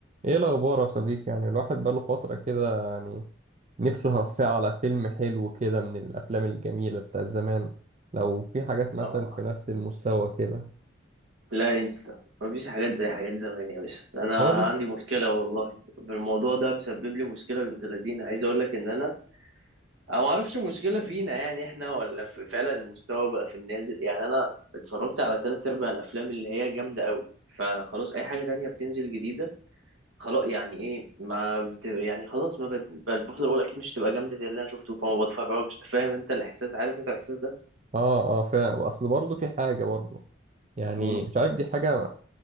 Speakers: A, on the right; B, on the right.
A: ايه الاخبار يا صديقي يعني الواحد بقاله فترة كده يعني نفسه هفاه على فيلم حلو كده من الافلام الجميلة بتاع زمان لو في حاجات مثلا
B: اه
A: في نفس المستوى كده
B: لا انسى مفيش حاجات زي حاجات زمان يا باشا انا
A: خالص
B: عندي مشكله والله بالموضوع ده مسبب لي مشكله بنت لذينه عايز اقول لك ان انا انا ما اعرفش المشكله فينا يعني احنا ولا في فعلا المستوى بقى في النازل يعني انا اتفرجت على تلات ارباع الافلام اللي هي جامده قوي فخلاص اي حاجه تانية بتنزل جديده خلاص يعني ايه ما بت... يعني خلاص ما بد... بل- بفضل اقول اكيد مش تبقى جامده زي اللي انا شفته فما بتفرجش فاهم انت الاحساس عارف انت الاحساس ده
A: اه اه فعلا اصل برضه في حاجة برضه يعني
B: مم.
A: مش عارف دي حاجة